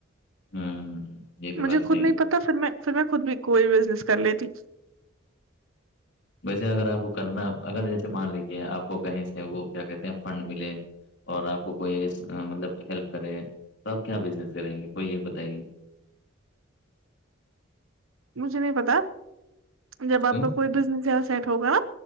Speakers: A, on the left; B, on the right.
A: ہوں یہ بھی
B: مجھے
A: بات صحیح
B: خود نہیں
A: ہے۔
B: پتا پھر میں پھر میں خود بھی کوئی بزنس کر لیتی
A: ویسے اگر آپ کو کرنا اگر جیسے مان لیجیے آپ کو کہیں سے وہ کیا کہتے ہیں فنڈ ملے اور آپ کو کوئی مطلب ہیلپ کرے تو آپ کیا بزنس کریں گے کوئی یہ بتائیے
B: مجھے نہیں پتا جب آپ
A: کیوں
B: کا کوئی بزنس سیٹ ہوگا